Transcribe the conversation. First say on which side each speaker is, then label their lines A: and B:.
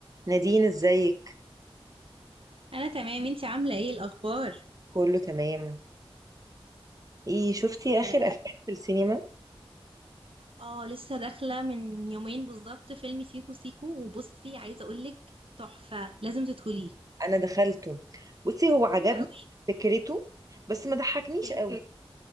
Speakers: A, on the right (about 35°); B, on the right (about 65°).
A: نادين ازيك
B: انا تمام انتي عامله ايه الاخبار
A: كله تمام ايه شفتي
B: اه
A: اخر افلام في السينما
B: آه، لسه داخله من يومين بالظبط فيلم سيكو سيكو وبصي عايزه اقولك تحفه لازم تدخليه
A: انا دخلته بصي هو عجبني
B: حلو قوي
A: فكرته بس ما ضحكنيش
B: اوكي
A: قوي